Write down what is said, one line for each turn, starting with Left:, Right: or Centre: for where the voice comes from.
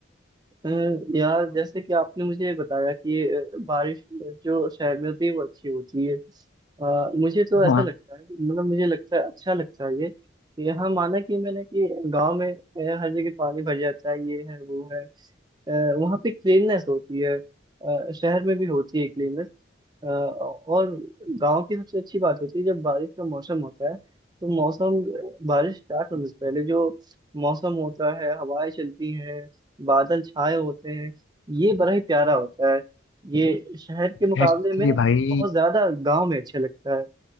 Right: अ, यार जैसे कि आपने मुझे बताया कि अ, बारिश जो शहर में होती है वो अच्छी होती है अ, मुझे तो ऐसा
Left: वहाँ
Right: लगता है मतलब मुझे लगता है अच्छा लगता है ये कि यहाँ माना कि मैंने कि गांव में अ, हर जगह पानी भर जाता है ये है वो है अ, वहाँ पे क्लीननेस होती है अ, शहर में भी होती है क्लीननेस और गांव की सबसे अच्छी बात होती है जब बारिश का मौसम होता है तो मौसम बारिश स्टार्ट होने से पहले जो मौसम होता है हवाएं चलती हैं बादल छाए होते हैं ये बड़ा ही प्यारा होता है ये शहर के मुकाबले
Left: एक्चुअली
Right: में
Left: भाई
Right: बहुत ज्यादा गांव में अच्छा लगता है